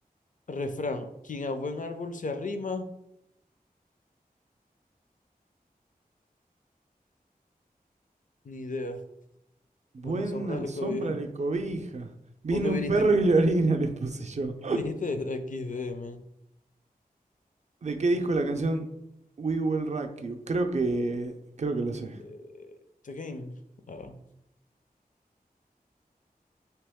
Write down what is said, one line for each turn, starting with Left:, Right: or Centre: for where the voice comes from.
Left: Refrán. Quien a buen árbol se arrima, ni idea.
Right: Buena
Left: Buena sombra le
Right: sombra
Left: cobija.
Right: le cobija. Viene
Left: ¿Vos que
Right: un
Left: viniste?
Right: perro y le orina, le puse yo.
Left: Dijiste X D man.
Right: ¿De qué disco la canción We Will Rock You? Creo que, creo que lo sé.
Left: Eh, The Game. Ah.